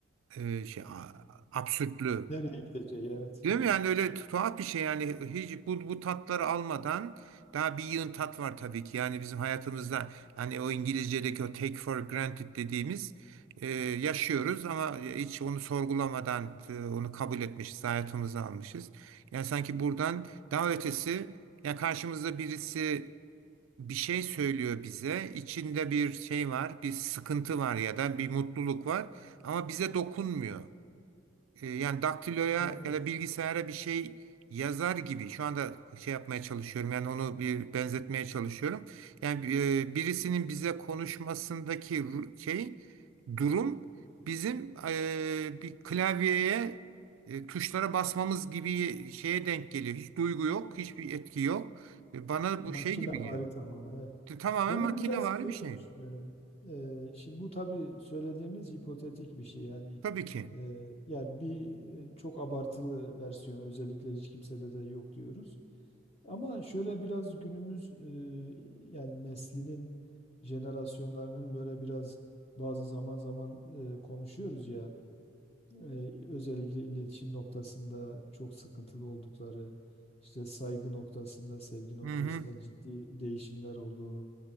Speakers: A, on the right; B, on the left.
A: e, şey, a- absürtlüğü.
B: Nereye gideceği evet.
A: Değil mi? Yani öyle tuhaf bir şey yani hiç bu, bu tatları almadan daha bir yığın tat var tabii ki. Yani bizim hayatımızda hani o İngilizce'deki o take for granted dediğimiz e, yaşıyoruz ama hiç onu sorgulamadan e, onu kabul etmişiz, hayatımıza almışız. Yani sanki buradan daha ötesi ya karşımızda birisi bir şey söylüyor bize. içinde bir şey var, bir sıkıntı var ya da bir mutluluk var ama bize dokunmuyor. E, yani daktiloya
B: <laughs> Evet.
A: ya da bilgisayara bir şey yazar gibi şu anda şey yapmaya çalışıyorum yani onu bir benzetmeye çalışıyorum. Yani e, birisinin bize konuşmasındaki ru- şey durum bizim e, bir klavyeye e, tuşlara basmamız gibi şeye denk geliyor. Hiç duygu yok,
B: Evet.
A: hiçbir etki yok. E, bana
B: Makinevari
A: bu şey gibi geliyor.
B: tamamen. Evet.
A: Tamamen
B: Ben
A: makinevari
B: biraz şey
A: bir şey.
B: de düşünüyorum. Ee, şimdi bu tabii söylediğimiz hipotetik bir şey yani
A: Tabii ki.
B: e, yani bir e, çok abartılı versiyon özellikle hiç kimsede de yok diyoruz. Ama şöyle biraz günümüz e, yani neslinin jenerasyonlarının böyle biraz bazı zaman zaman e, konuşuyoruz ya. e, özellikle iletişim noktasında çok sıkıntılı oldukları, işte saygı noktasında, sevgi noktasında
A: Hı hı.
B: ciddi değişimler olduğu,